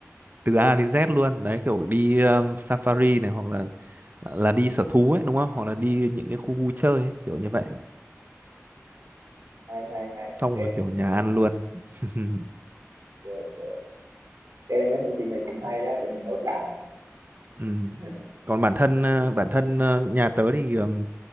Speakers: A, on the right (about 35°); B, on the right (about 70°).
A: từ A đến Z luôn đấy kiểu đi um, safari này hoặc là ờ, là đi sở thú ấy đúng không hoặc là đi những cái khu vui chơi ấy, kiểu như vậy
B: hai hai hai
A: xong
B: ok
A: rồi kiểu nhà ăn luôn <laughs>
B: được được ok mấy thông tin này cũng hay đó để mình nốt lại
A: ừ.
B: <laughs>
A: còn bản thân ờ,
B: ok
A: bản thân ờ, nhà tớ thì ừm,